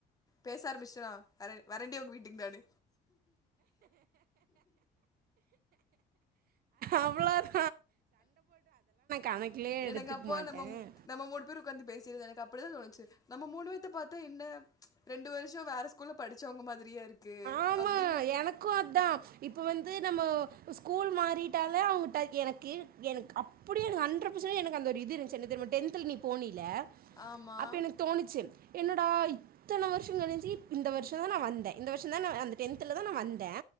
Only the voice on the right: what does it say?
அவ்ளோ த கணக்கிலேயே
எடுத்துக்க
மாட்டேன்.
ஆமா
எனக்கும் அதா இப்ப வந்து நம்ம ஸ்கூல் மாறிட்டாலே அவங்க எனக்கு எனக்கு அப்படியே எனக்கு ஹண்ட்ரட் பார்சன்ண்ட் எனக்கு அந்த ஒரு இது இருந்துச்சு என்ன தெரியுமா டென்த்தில் நீ போனியிலை
அப்ப எனக்கு தோணிச்சு என்னோட இத்தனை வருஷம் கழிச்ச இந்த வருஷம் தான் நான் வந்தே இந்த வருஷம் தான் அந்த டென்த்துல தான் நான் வந்தே